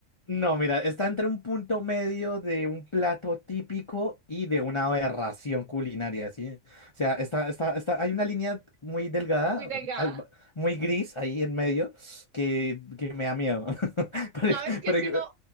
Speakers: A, on the left; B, on the right.
A: No, mira, está entre un punto medio de un plato típico y de una aberración culinaria, ¿sí? O sea, está, está, está, hay una línea muy delgada,
B: muy delgada.
A: al- muy gris ahí en medio, que, que me da miedo. <laughs>
B: ¿Sabes
A: Pero,
B: qué
A: pero,
B: si no,